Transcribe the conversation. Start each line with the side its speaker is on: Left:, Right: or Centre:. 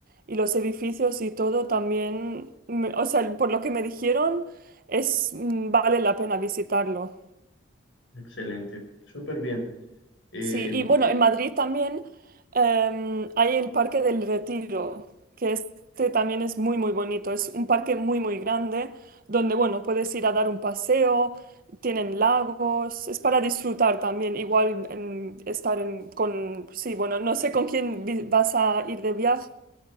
Right: y los edificios y todo también, me- o sea, por lo que me dijeron, es, mm, vale la pena visitarlo.
Left: excelente, súper bien. Em,
Right: Sí, y bueno, en Madrid también em, hay el Parque del Retiro, que este también es muy, muy bonito. Es un parque muy, muy grande donde, bueno, puedes ir a dar un paseo, tienen lagos, es para disfrutar también, igual em, estar en, con, sí, bueno, no sé con quién vi- vas a ir de viaje,